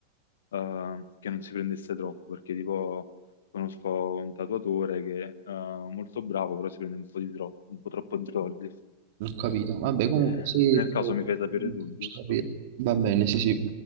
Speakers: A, on the left (about 65°); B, on the right (about 50°).
A: eh, che non si prendesse troppo, perché tipo conosco un tatuatore che è molto bravo, però si prende un po' di troppo, un po' troppo di soldi.
B: Non ho capito. Vabbè, comunque
A: Eh,
B: se
A: nel caso
B: trovo qualcuno,
A: mi fai sapere tu,
B: faccio
A: giusto?
B: sapere. Va bene, sì, sì.